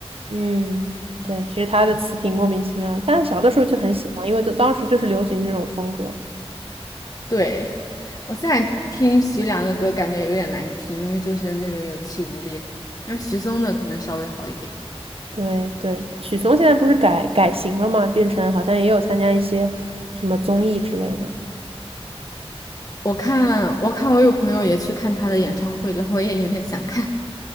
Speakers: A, on the right; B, on the left.
A: 嗯，对，其实他的词挺莫名其妙的，但小的时候就很喜欢，因为都当时就是流行这种风格。
B: 对，我现在听徐良的歌，感觉有点难听，因为就是那种有气无力的。但是徐嵩的可能稍微好一点。
A: 对对，许嵩现在不是改改型了嘛，变成好像也有参加一些什么综艺之类的。
B: 我看，我看，我有朋友也去看他的演唱会了，我也有点想看，